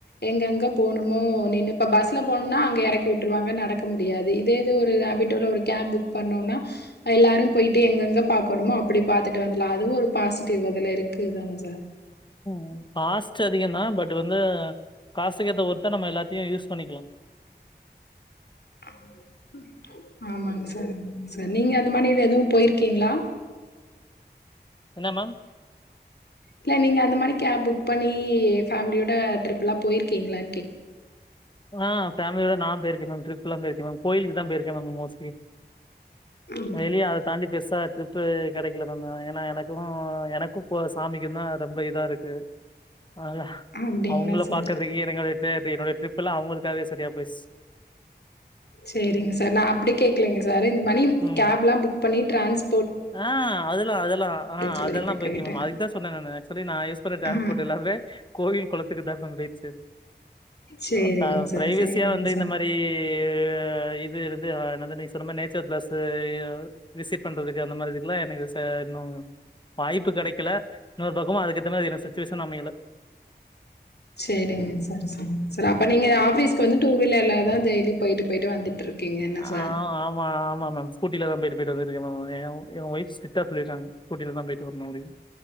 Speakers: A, on the left; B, on the left.
A: எங்கங்க போணுமோ நின்னு இப்போ பஸ்ல போனோன்னா அங்கே எறக்கி விட்டுருவாங்க நடக்க முடியாது இதே இது ஒரு ராபிட்டோவ்ல ஒரு கேப் புக் பண்ணோன்னா எல்லாரும் போயிட்டு எங்கெங்க பாக்கணுமோ அப் பிடி பாத்துட்டு வந்துர்லா அதுவும் ஒரு பாசிட்டிவ் அதுல இருக்குதான சார்
B: ம் காஸ்ட் அதிகம் தான் பட் வந்து காசுக்கேத்த ஒர்த்த நம்ம எல்லாத்தையும் யூஸ் பண்ணிக்கலா
A: அம் ம் ஆமாங்க சார் மாங்க சார் நீங்க அந்த மாதி எதுவும் போயிருக்கீங்களா
B: என்ன மேம்
A: இல்ல நீங்க அந்த மாதிரி காப் புக் பண்ணி ஃபேமிலியோட ட்ரிப்ல்லா போயிருக்கீங்களா
B: ஆ பமிலியோட நா பெயிரு கே மேம் ட்ரிப்லா பெயிருக்கே மேம் கோயிலுக்குதா பெயிருக்கே மேம் மோஸ்ட்லி
A: ம்
B: வெளியே அதத் தாண்டி பெருசா ட்ரிப்பு கெடைக்கல தா ஏன்னா எனக்கும் எனக்கு போ சாமிக்குந்தான் ரொம்ப இதா இருக்கு அதா
A: அப்டிங்களா
B: அவங்களப்
A: சார்
B: பாக்குறதுக்கே என்க்கடைய பேபி என்னுடைய ட்ரிப் எல்லா அவங்களுக்காகவே சரியா பெயிச்சு
A: செரிங்க சார் நா அப்பிடி கேக்கலங்க சார் இந்த மாணி
B: ம்
A: கேப்புல்லா புக் பண்ணி டிரான்ஸ்
B: ஆ அதெல்லா அதெல்லா ஆ
A: சொல்லி
B: அதெல்லா
A: இப்ப
B: பெயிருக்க
A: கேட்டே.
B: மேம் அதுக்கு தா சொன்னே நானு ஆக்சுவலி நான் யூஸ் பண்ணற டிரான்ஸ்போர்ட்
A: ஆ
B: எல்லா வே கோவில் குளத்துக்கு தான் பெய்ச்சு
A: சேரிங்க
B: ஆ ப
A: சார்
B: பிரைவேசியா
A: சேரிங்க
B: வந்து
A: சார்
B: இந்த மாரி அ இது இருந்து இருந்து அ என்னது நீங் சொன்ன நேச்சர் பிளெஸ் அ விசிட் பண்றது அந்த மாதிரி இதுக்குலாம் எனக்கு ச இன்னும் வாய்ப்பு கெடைக்கல இன்னொரு பக்கமும் அதுக்கத்த மாதி எனக் சுச்சுவேஷன் அமையல
A: <inaudible> செரிங்க சார் சொல்லுங்க சார் அப்ப நீங்க ஆபிஸ்கு வந்து டூ வீலர்லதான் டெய்லி போயிட்டு போயிட்டு வந்துட்டு இருக்கீங்க என்ன சார்
B: ஆ ஆமா ஆமா மேம் ஸ்கூட்டில தான் பெ யிட்டு பெயிட்டு வந்திருக்க மேம் எ என் வைஃப் ஸ்ட்ரிக்ட்டா சொல்டீங்க ஸ்கூட்டில தா போயிட்டு முடியும்